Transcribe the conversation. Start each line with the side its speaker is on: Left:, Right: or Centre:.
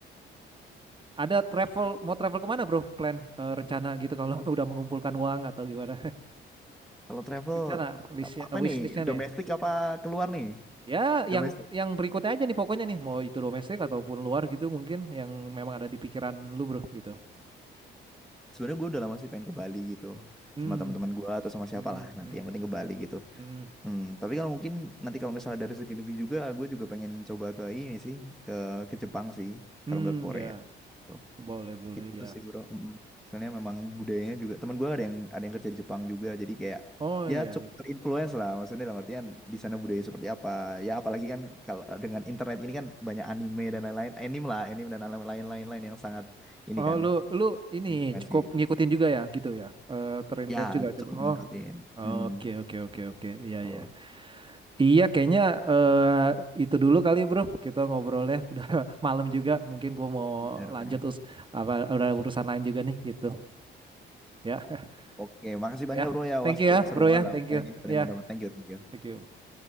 Right: Ada travel, mau travel kemana bro? Plan eh, rencana gitu kalau <laughs> udah mengumpulkan uang atau gimana?
Centre: Kalau
Right: <laughs>
Centre: travel,
Right: Rencana listnya,
Centre: kalau apa
Right: eh, wish
Centre: nih?
Right: listnya nih.
Centre: Domestik apa keluar nih?
Right: Ya,
Centre: Domestik.
Right: yang yang berikutnya aja nih pokoknya nih, mau itu domestik ataupun luar gitu mungkin yang memang ada di pikiran lu bro gitu.
Centre: Sebenarnya gue udah lama sih pengen ke Bali gitu,
Right: Hmm,
Centre: sama teman-teman gue atau sama siapa
Right: hmm,
Centre: lah nanti
Right: hmm,
Centre: yang penting ke Bali gitu.
Right: hmm,
Centre: Hmm, tapi kalau mungkin nanti kalau misalnya dari segi lebih juga, gue juga pengen coba ke ini sih, ke ke Jepang sih,
Right: hmm,
Centre: kalau nggak Korea.
Right: ya.
Centre: Gitu.
Right: Boleh, boleh
Centre: Gitu
Right: ya.
Centre: sih bro. Mm. Soalnya memang budayanya juga. Teman gue ada yang ada yang kerja di Jepang juga. Jadi kayak
Right: Oh
Centre: ya
Right: iya
Centre: cukup
Right: ya.
Centre: terinfluence lah. Maksudnya dalam artian di sana budaya seperti apa. Ya apalagi kan kalau dengan internet ini kan banyak anime dan lain-lain. Anime lah, anime dan lain-lain lain yang sangat ini
Right: Oh
Centre: kan
Right: lu lu ini
Centre: influence
Right: cukup
Centre: kayak gitu.
Right: ngikutin juga ya gitu ya. Eh terinfluence
Centre: Ya
Right: juga coba.
Centre: cukup
Right: Oh,
Centre: ngikutin. Mm.
Right: oke oke oke oke. Iya
Centre: Oh,
Right: iya. Iya kayaknya eh itu dulu kali bro. Kita ngobrolnya <laughs> udah malam juga. Mungkin gua mau
Centre: benar-benar.
Right: lanjut us apa udah urusan lain juga nih gitu. Ya
Centre: Oke, makasih
Right: ya.
Centre: banyak bro ya.
Right: Thank
Centre: Wah
Right: you
Centre: seru,
Right: ya
Centre: seru
Right: bro
Centre: banget
Right: ya.
Centre: lah.
Right: Thank
Centre: Banyak
Right: you.
Centre: info
Right: Ya,
Centre: yang gue dapat. Thank you, thank you.
Right: thank you.